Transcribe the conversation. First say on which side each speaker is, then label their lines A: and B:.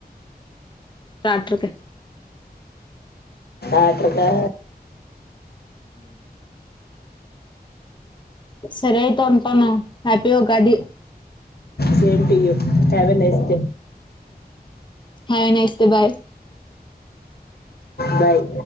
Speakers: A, on the left; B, on the left.
A: ట్రాక్టరకి
B: అత్రతా
A: సరే అయితే ఉంటాను happy Ugadi
B: same to you సెవెన్ఏస్తే
A: నైన్ ఎస్త బాయ్
B: బాయ్